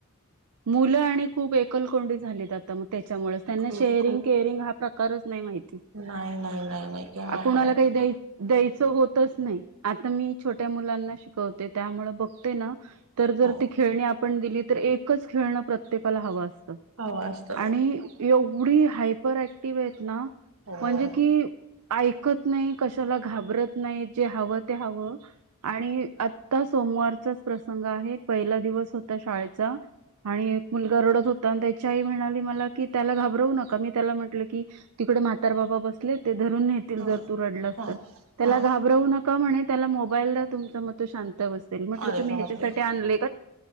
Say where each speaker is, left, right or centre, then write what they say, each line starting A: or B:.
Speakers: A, on the right (about 85°); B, on the right (about 70°).
A: मुलं आणि खूप एकलकोंडी झालीत आता म त्याच्यामुळच त्यांना
B: खूप
A: शेअरिंग केअरिंग हा प्रकारच नाय माहिती
B: नाय नाय नाय नाय ते मात्र
A: कुणाला
B: <inaudible>
A: काही द्याय द्यायचं होतच नाय आता मी छोट्या मुलांना शिकवते त्यामुळ बघ ते ना तर जर
B: हो
A: ती खेळणी आपण दिली तर एकच खेळणं प्रत्येकाला हवं असत
B: हवं असत
A: एवढी हायपर ऍक्टिवेत ना
B: हो हम्म
A: म्हणजे की ऐकत नय कशाला घाबरत नाय जे हवं ते हवं आणि आता सोमवारचाच प्रसंग आहे पहिला दिवस होता शाळेचा आणि मुलगा रडत होत <unintelligible> त्याच्या आई म्हणाली मला की त्याला घाबरवू नका मी त्याला म्हटलं की तिकडे म्हातारबाबा बस <unintelligible> धरून नेतील
B: ह
A: जर तु रडलास
B: ह
A: तर त्याला
B: हा
A: घाबरउ नक क म्हणे त्याला मोबाईला तुमचं मत शांत बसेल म्हटलं
B: अरे
A: तुम्ही
B: बापरे
A: ह्याच्यासाठी आले